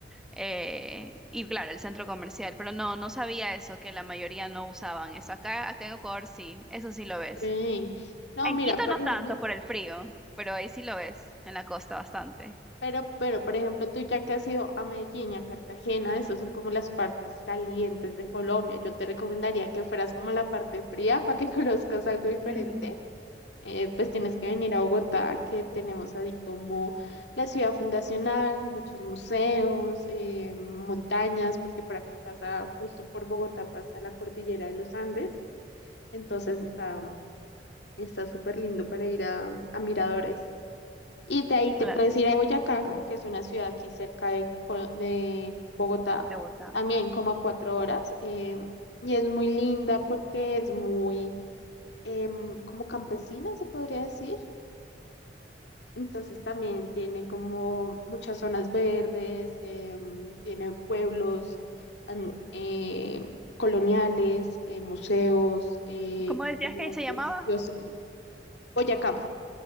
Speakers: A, in the centre; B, on the left.
A: Eh, y claro, el centro comercial, pero no, no sabía eso, que la mayoría no usaban eso. Acá, acá en Ecuador sí, eso sí lo ves.
B: Sí. No,
A: En
B: mira,
A: Quito
B: por
A: no
B: ejemplo,
A: tanto por el frío, pero ahí sí lo ves, en la costa bastante.
B: pero, pero, por ejemplo, tú ya que has ido a Medellín y a Cartagena, esas son como las partes calientes de Colombia. Yo te recomendaría que fueras como a la parte fría para que <laughs> conozcas algo diferente.
A: <laughs>
B: eh, pues tienes que venir a Bogotá, que tenemos así como la ciudad fundacional, muchos museos, eh, montañas, porque por aquí pasa, justo por Bogotá pasa la cordillera de los Andes, entonces está está súper lindo para ir a, a miradores. Y de ahí te
A: Claro,
B: puedes ir a Boyacá, que es una ciudad aquí cerca de, Co- de Bogotá,
A: de Bogotá.
B: también como a cuatro horas, eh, y es muy linda porque es muy... em, como campesina, se podría decir, Entonces también tiene como muchas zonas verdes, em, tiene pueblos an- eh, coloniales, eh, museos, eh,
A: ¿Cómo decías
B: comida
A: que se llamaba?
B: deliciosa. Boyacá,